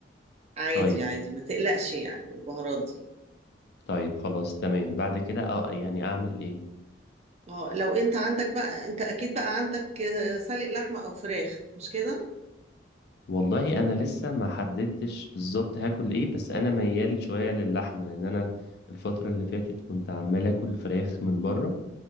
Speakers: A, on the right; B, on the left.
A: عادي
B: طيب
A: عادي ما تقلقش يعني البهارات دي
B: طيب خلاص تمام بعد كده اه يعني اعمل ايه
A: اه لو انت عندك بقى انت اكيد بقى عندك آه، سلق لحمه او فراخ مش كده
B: والله انا لسه ما حددتش بالظبط هاكل ايه بس انا ميال شوية للحمة لان انا الفترة اللي فاتت كنت عمال اكل فراخ من بره